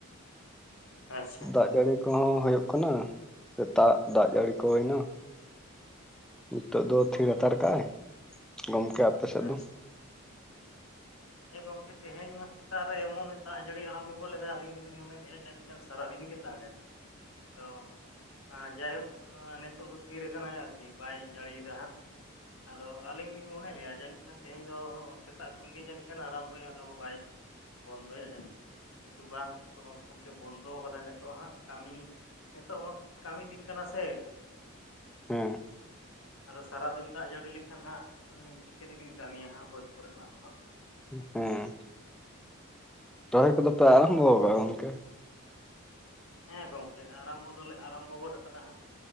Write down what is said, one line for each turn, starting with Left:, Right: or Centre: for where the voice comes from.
Left: ᱟᱪᱪᱷᱟ
Centre: ᱫᱟᱜ ᱡᱟᱹᱲᱤ ᱠᱚᱦᱚᱸ ᱦᱩᱭᱩᱜ ᱠᱟᱱᱟ ᱥᱮᱛᱟᱜ ᱫᱟᱜ ᱡᱟᱹᱲᱤ ᱠᱚ ᱦᱩᱭᱱᱟ ᱱᱤᱛᱚᱜ ᱫᱚ
Left: ᱦᱳᱭ
Centre: ᱛᱷᱤᱨ ᱦᱟᱛᱟᱲ ᱠᱟᱜᱼᱟᱭ᱾ ᱜᱚᱢᱠᱮ ᱟᱯᱮ ᱥᱮᱫ
Left: ᱟᱪᱪᱷᱟ
Centre: ᱫᱚ?
Left: ᱦᱮᱸ ᱜᱚᱝᱠᱮ ᱛᱮᱦᱮᱧ ᱢᱟ ᱥᱮᱛᱟᱜ ᱨᱮ ᱮᱢᱚᱱᱮ ᱫᱟᱜ ᱡᱟᱹᱲᱤ ᱟᱨᱟᱢ ᱵᱚ ᱜᱚᱫ ᱞᱮᱫᱟ ᱟᱞᱤᱧ ᱫᱚᱞᱤᱧ ᱢᱚᱱᱮ ᱞᱮᱫᱼᱟ ᱡᱟᱱᱤᱡ ᱛᱮᱦᱮᱧ ᱥᱟᱨᱟ ᱫᱤᱱ ᱜᱮ ᱫᱟᱜᱟᱭᱚ ᱟᱸ ᱡᱟᱭᱦᱳᱠ ᱱᱤᱛᱚᱜ ᱫᱚ ᱛᱷᱤᱨ ᱠᱟᱱᱟᱭ ᱟᱨᱠᱤ ᱵᱟᱭ ᱡᱟᱲᱤᱭᱫᱟ ᱦᱟᱸᱜ ᱟᱫᱚ ᱟᱹᱞᱤᱧ ᱞᱤᱧ ᱢᱚᱱᱮᱞᱮᱜ-ᱟ ᱡᱟᱹᱱᱤᱡ ᱠᱷᱟᱱ ᱛᱮᱦᱮᱧ ᱫᱚ ᱥᱮᱛᱟᱜ ᱠᱷᱚᱱ ᱜᱮ ᱡᱟᱹᱱᱤᱡ <unintelligible> ᱟᱨᱟᱢᱵᱚᱭᱟ ᱟᱫᱚ ᱵᱟᱭ ᱵᱚᱱᱫᱚᱭᱟ ᱡᱟᱱᱤᱡ ᱠᱤᱱᱛᱩ ᱵᱟᱝ ᱠᱳᱱᱳ ᱨᱚᱠᱚᱢ ᱛᱮ ᱵᱚᱱᱫᱚ ᱟᱠᱟᱫᱟᱭ ᱱᱤᱛᱚᱜ ᱦᱟᱸᱜ ᱠᱟᱹᱢᱤ ᱱᱤᱛᱚᱜ ᱢᱟ ᱠᱟᱹᱢᱤ ᱫᱤᱱ ᱠᱟᱱᱟ ᱥᱮ
Centre: ᱦᱮᱸ
Left: ᱟᱫᱚ ᱥᱟᱨᱟᱫᱤᱱ ᱫᱟᱜ ᱡᱟᱹᱲᱤ ᱞᱮᱠᱷᱟᱱ ᱦᱟᱸᱜ ᱪᱤᱠᱟᱹᱛᱮᱵᱤᱱ ᱠᱟᱹᱢᱤᱭᱟ ᱦᱟᱸᱜ ᱵᱟᱹᱫᱽ ᱠᱚᱨᱮ ᱱᱟᱜ ᱫᱚ ᱦᱟᱸᱜ
Centre: ᱦᱩᱸ ᱨᱚᱭ ᱠᱚᱫᱚ ᱯᱚ ᱟᱨᱟᱢᱵᱽᱚ
Left: ᱟᱫᱚ
Centre: ᱟᱠᱟᱫᱟ ᱜᱟᱢᱠᱮ?
Left: ᱦᱮᱸ ᱜᱚᱢᱠᱮ ᱟᱨᱟᱢ ᱵᱚ ᱫᱚᱞᱮ ᱟᱨᱟᱢ ᱵᱚ ᱜᱚᱫ ᱟᱠᱟᱫᱟ ᱦᱟᱸᱜ